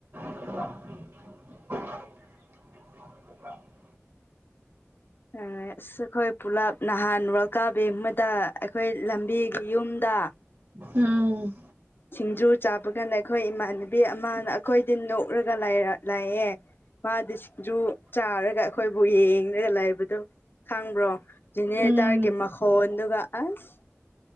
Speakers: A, on the right; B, on the left.
A: <unintelligible>
B: <unintelligible> ꯑꯁ ꯑꯩꯈꯣꯏ ꯄꯨꯂꯞ ꯅꯍꯥꯟ ꯔꯜꯀꯥ ꯕꯦꯡ ꯑꯃꯗ ꯑꯩꯈꯣꯏ ꯂꯝꯕꯤꯒꯤ ꯌꯨꯝꯗ
A: ꯎꯝ
B: ꯁꯤꯡꯖꯨ ꯆꯥꯕ ꯀꯥꯟꯗ ꯑꯩꯈꯣꯏ ꯏꯃꯥꯟꯅꯕꯤ ꯑꯃꯅ ꯑꯩꯈꯣꯏꯗꯤ ꯅꯣꯛꯔꯒ ꯂꯥꯛꯑꯦ ꯃꯥꯗꯤ ꯁꯤꯁꯤꯡꯖꯨ ꯆꯥꯔꯒ ꯑꯩꯈꯣꯏꯕꯨ ꯌꯦꯡꯉꯒ ꯂꯩꯥꯏꯕꯗꯣ ꯈꯪꯕ꯭ꯔꯣ ꯖꯤꯅꯦꯇꯥꯔꯒꯤ
A: ꯎꯝ
B: ꯃꯈꯣꯟꯗꯨꯒ ꯑꯁ